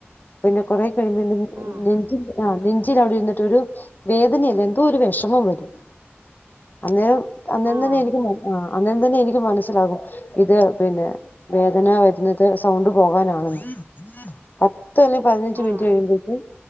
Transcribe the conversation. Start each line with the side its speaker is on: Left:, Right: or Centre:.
Left: പിന്നെ കുറെ
Right: ആഹ്
Left: നെഞ്ചിൻ ആ നെഞ് നെഞ്ചിന്റവിടെ യിരുന്നിട്ടൊരു വേദന അല്ല എന്തോ ഒരു വിഷമം വരും അന്നേരം അന്നേരം
Right: ആഹ്
Left: തന്നെയായിരിക്കും ആ അന്നേരം തന്നെ എനിക്ക് മനസ്സിലാകും ഇത് പിന്നെ വേദന വരുന്നത് സൗണ്ട് പോകാനാണെന്ന് പത്ത ത്ത് അല്ലെ പതിനഞ്ച്
Right: ആഹ്
Left: മിനിറ്റ് കഴിയുമ്പഴേക്കും